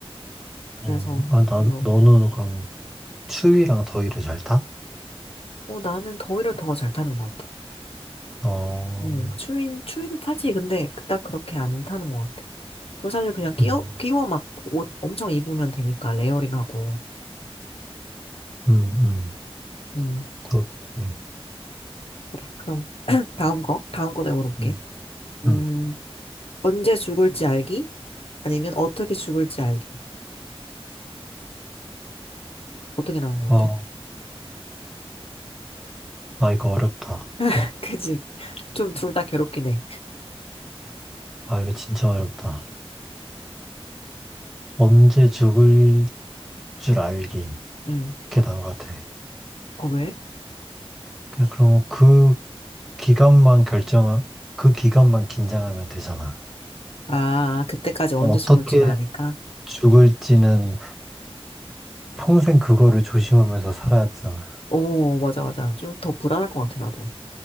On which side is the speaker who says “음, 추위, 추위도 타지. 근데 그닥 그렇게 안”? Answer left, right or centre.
Left